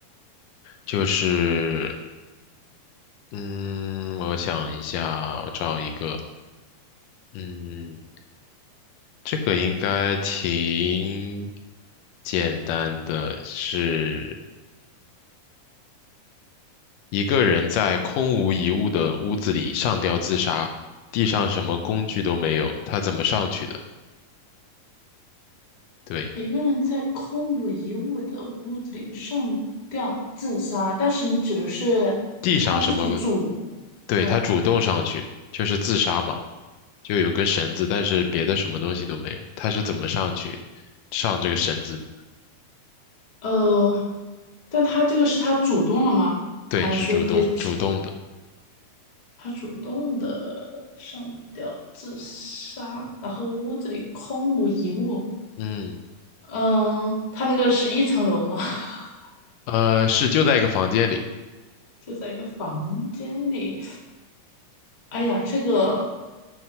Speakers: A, on the left; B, on the left.
A: 就是嗯，我想一下，我找一个，嗯。这个应该挺简单的，是一个人在空无一物的屋子里上吊自杀，地上什么工具都没有，他怎么上去的？对，
B: 一个人在空无一物的屋子里上吊自杀，但是你指的是他自己主，
A: 地上什么？对，
B: 嗯
A: 他主动上去，就是自杀嘛，就有根绳子，但是别的什么东西都没有，他是怎么上去上这个绳子？
B: 呃，但他这个是他主动了吗？
A: 对，
B: 还是说可以？
A: 是主动主动的，
B: 他主动的上吊自杀，然后屋子里空无一物。
A: 嗯，
B: 嗯，他那个是一层楼吗？<laughs>
A: 呃，是就在一个房间里，
B: 就在一个房间里。哎呀，这个